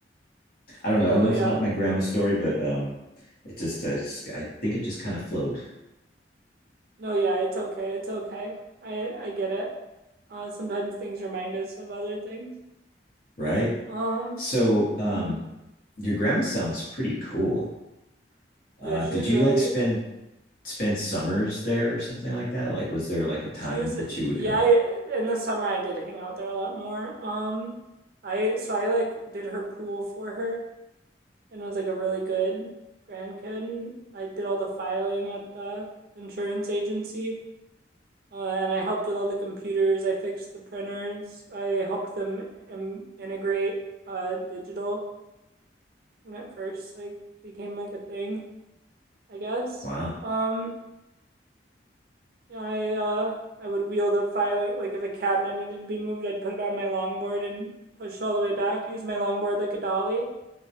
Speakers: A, on the left; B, on the right.
A: i don't know
B: Oh
A: i know it's
B: yeah.
A: not my grandma's story but um it just uh, i think it just kind of flowed
B: No, yeah, it's okay. It's okay. I I get it. Uh sometimes things remind us of other things.
A: right
B: Um
A: so um
B: mhm.
A: your grandma sounds pretty cool uh
B: Yeah, she
A: did
B: was
A: you
B: really
A: like spend spend summers there or something like that? Like, was there like a time
B: she was
A: that
B: yeah,
A: you would go?
B: I- in the summer I did hang out there a lot more. Um I so I like did her pool for her and was like a really good grandkid. I did all the filing at the insurance agency, uh, and I helped with all the computers. I fixed the printers. I helped them im- integrate uh, digital when it first like became like a thing, I guess.
A: Wow.
B: Um, yeah, I uh, I would wheel the filing like if a cabinet needed to be moved, I'd put it on my longboard and push all the way back. Use my longboard like a dolly.